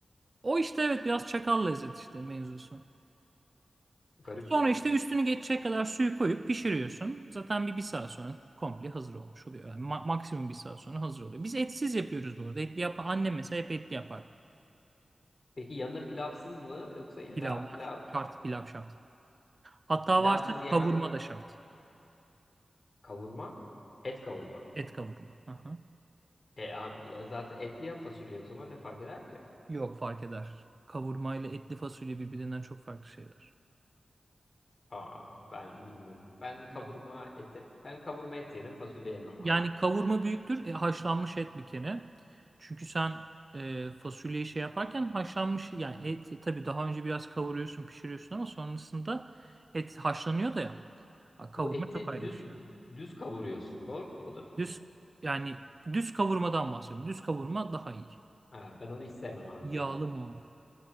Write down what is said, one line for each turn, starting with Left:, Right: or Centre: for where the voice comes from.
Right: O işte evet biraz çakal lezzet işte mevzusu.
Left: Garip.
Right: Sonra işte üstünü geçecek kadar suyu koyup pişiriyorsun. Zaten bir, bir saat sonra komple hazır olmuş oluyor. Yani ma- maksimum bir saat sonra hazır oluyor. Biz etsiz yapıyoruz bu arada. Etli yap annem mesela hep etli yapar.
Left: Peki yanında pilavsız mı yoksa illa
Right: Pilav var.
Left: pilav
Right: Şart, pilav şart. Hatta
Left: pilavsız
Right: varsa
Left: yemem
Right: kavurma da şart.
Left: kavurma? Et kavurma.
Right: Et kavurma. Aha.
Left: E, a- zaten etli ya fasulye o zaman ne fark eder ki?
Right: Yok fark eder. Kavurma ile etli fasulye birbirinden çok farklı şeyler.
Left: Aa ben bilmiyorum. Ben kavurma
Right: Yok. yok.
Left: eti ben kavurma et yerim fasulye yemem
Right: Yani
Left: abi.
Right: kavurma büyüktür. E, haşlanmış et bir kere. Çünkü sen e, fasulyeyi şey yaparken haşlanmış yani et tabii daha önce biraz kavuruyorsun pişiriyorsun ama sonrasında et haşlanıyor da ya. Ha, Kavurma
Left: Bu eti
Right: çok ayrı
Left: düz
Right: bir şey. yani
Left: düz kavuruyorsun. Doğru mudur?
Right: Düz yani düz kavurmadan bahsediyorum. Düz kavurma daha iyi.
Left: Ha, ben onu hiç sevmem abi
Right: Yağlı
Left: bu arada.
Right: mı?